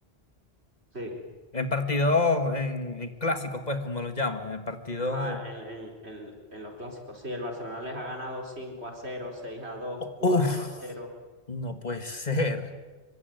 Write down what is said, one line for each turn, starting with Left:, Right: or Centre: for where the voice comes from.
Right: Sí.
Left: En partidos, en, en clásicos, pues, como los llaman, en partidos
Right: Ajá,
Left: de...
Right: en, en, en, en los clásicos, sí, el Barcelona les ha ganado cinco a cero seis a dos
Left: Oh,
Right: cuatro
Left: uf,
Right: a cero
Left: no puede ser.